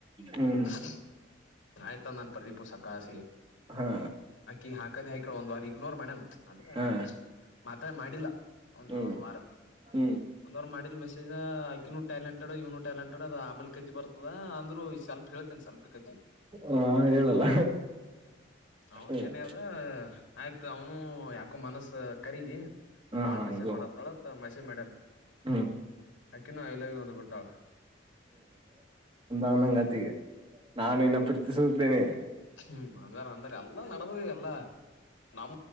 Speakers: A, on the right (about 25°); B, on the left (about 85°).
A: ಹ್ಮ
B: <unintelligible> ಆಯ್ತ ನನ್ ಪ್ರದೀಪುಸ ಕಾಸಿಗೆ
A: ಹಾ
B: ಅಕಿ ಹಾಕದೇ ಹಾಕಳ ಒಂದ್ ವಾರ ಇಗ್ನೋರ್ ಮಾಡ್ಯನ್ ಅಂದ್ರ
A: ಹಾ
B: ಮಾತಾ ಮಾಡಿಲ್ಲ ಒಂದ
A: ಹ್ಮ್
B: ಒಂದ ವಾರ
A: ಹ್ಮ್
B: ಒಂದವಾರ ಮಾಡಿದ್ ಮೆಸೇಜ್ ಆಕಿನು ಟಾಲೆಂಟೆಡ್ ಇವನು ಟಾಲೆಂಟೆಡ್ ಆಮೇಲೆ ಕತಿ ಬರ್ತದ ಅಂದ್ರರು ಸ್ವಲ್ಪ್ ಹೇಳ್ತನ ಸರ್ ಅಕ್ಕತಿ
A: ಹಾ ಹೇಳಲ್ಲ
B: ಅವನ್
A: ಹ
B: ಏನೆದ ಆಯ್ತ ಅವನು ಯಾಕೋ ಮನಸ್ಸ ಕರಿಗಿ ಬಾಳ
A: ಹಾ
B: ಮೆಸೇಜ್
A: ಇದು
B: ಮಾಡತ್ತತಳತ್ ಮೆಸೇಜ್ ಮಾಡ್ಯನ
A: ಹ್ಮ್
B: ಅಕಿನು ಐ ಲವ್ ಯು ಅಂದ ಬಿಟ್ಟಾಳಾ
A: ನನ್ನಂಗ ಆತ ಈಗ <inaudible> ನಾನು ಇನ್ನ
B: ಅದು
A: ಪ್ರೀತಿಸುತ್ತೇನೆ
B: ಹ್ಮ್ ಅಂದಾರ ಅಂದಾರ ಎಲ್ಲಾ ನಡದದ ಎಲ್ಲಾ ನಮ್